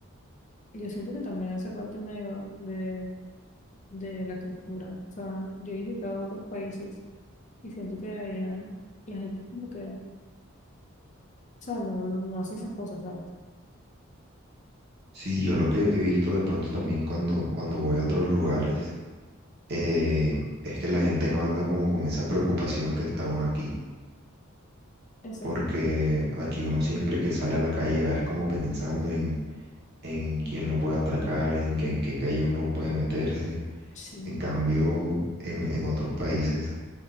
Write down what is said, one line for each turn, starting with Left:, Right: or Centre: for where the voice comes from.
Left: yo siento que también hace parte medio de, de la cultura. O sea, yo he visitado otros países. Y siento que debería, la gente como que, o sea, no, no hace esas cosas, ¿sabes?
Right: Sí, yo lo que he visto de pronto también cuando, cuando voy a otros lugares eh, es que la gente no anda como con esa preocupación que está uno aquí.
Left: O sea,
Right: Porque aquí uno siempre que sale a la calle va es como pensando en en quién lo puede atracar, en qué, en qué calle uno puede meterse.
Left: sí,
Right: En cambio, en, en otros países,